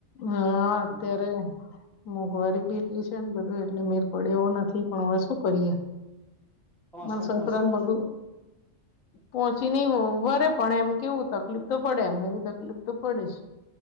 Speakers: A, on the left; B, in the centre.
A: હા અત્યારે
B: એમાં
A: મોંઘવારી બી એટલી છે, ને બધું એટલે મેર પડે એવો નથી પણ હવે શું કરીએ
B: તમારા
A: મારા
B: હસબન્ડ પહોંચી
A: સસરા ને
B: વળે
A: બધું
B: છે
A: પહોંચી નહીં વરે પણ એમ કેવું તકલીફ તો પડે એમને એવી તકલીફ તો પડે જ